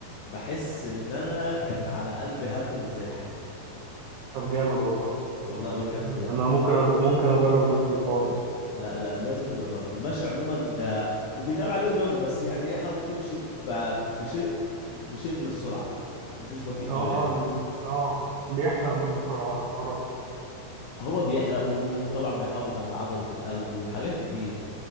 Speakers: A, on the left (about 80°); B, on the right (about 85°).
A: بحس ان انا كان على قلبي هم ونزاح
B: طب جامد والله
A: والله
B: يعني
A: بتكلم بجد
B: انا ممكن أج... ممكن اجرب نفس الحوار ده
A: لا لا لازم تجربه المشي عموما آه، وبيتقال عليه رياضه بس يعني ايه حاول تمشي ب- ب- بشيء بشيء من السرعه تمشيش بطيء
B: اه
A: قوي يعني
B: اه ال- اه بيحرق برضو سعرا- سعرات
A: هو بيحرق وطبعا بيحافظ على عضله القلب وحاجات كتير